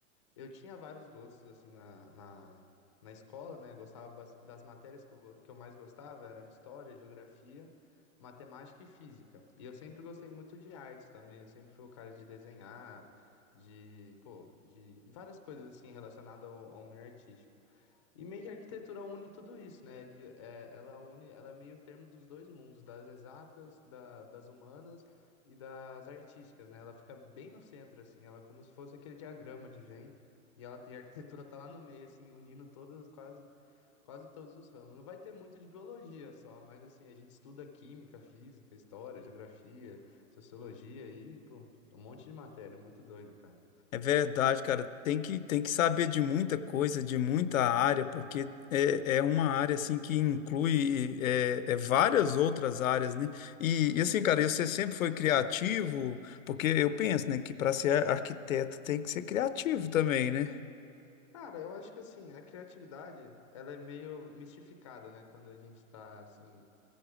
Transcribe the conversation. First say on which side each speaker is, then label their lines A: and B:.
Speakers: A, on the left; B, on the left.
A: Eu tinha vários gostos, assim, na, na, na escola, né? Eu gostava bas- das matérias que eu, go- que eu mais gostava, eram história, geografia, matemática e física. E eu sempre gostei muito de artes também, eu sempre fui o cara de desenhar, de, pô, de várias coisas, assim, relacionadas ao, ao meio artístico. E meio que a arquitetura une tudo isso, né? Ele, é, ela une, ela é meio termo dos dois mundos, das exatas, da- das humanas e das artísticas, né? Ela fica bem no centro, assim, ela é como se fosse aquele diagrama de Venn, e ela e a arquitetura tá lá no meio, assim, unindo todas, quase, quase todos os ramos. Não vai ter muito de biologia só, mas assim, a gente estuda química, física, história, geografia, sociologia e, pô, um monte de matéria, muito doido, cara.
B: É verdade, cara. Tem que, tem que saber de muita coisa, de muita área, porque é, é uma área assim que inclui é, é várias outras áreas, né? E, e, assim, cara, você sempre foi criativo, porque eu penso, né, que para ser arquiteto tem que ser criativo também, né?
A: Cara, eu acho que assim, a criatividade, ela é meio mistificada, né? Quando a gente tá, assim,